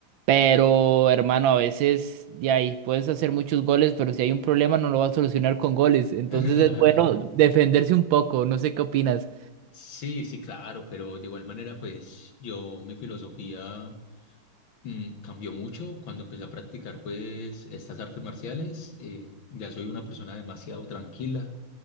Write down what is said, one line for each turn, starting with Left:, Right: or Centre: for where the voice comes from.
Right: pero hermano, a veces de ahí puedes hacer muchos goles, pero si hay un problema no lo vas a solucionar con goles, entonces
Left: <laughs>
Right: es bueno defenderse un poco, no sé qué opinas.
Left: Sí, sí, claro, pero de igual manera, pues yo, mi filosofía. Mm, cambió mucho cuando empecé a practicar pues estas artes marciales. eh, ya soy una persona demasiado tranquila.